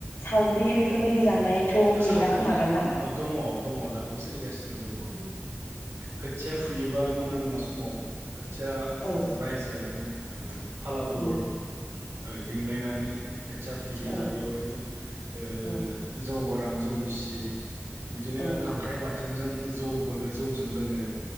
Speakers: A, on the left (about 75°); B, on the right (about 80°).
A: सावरि बेफोरबायदि जानायथ' गैला
B: सावरि
A: खोमादांना
B: दङ दङ दाबो सोलिगासिनो दङ ओ खोथिया फुयोबा मोना मोना समाव खोथिया
A: ओ औ
B: रायजोआनो औ फाला बदल
A: उम
B: आरो लिंलायनानै खोथिया फुयो
A: औ
B: आरो बेवायनो ओ
A: औ
B: जौ गोरान जौगिसि बिदिनो
A: औ
B: खांख्राइ बा बाथोनजों जौ बो जौजों लोङो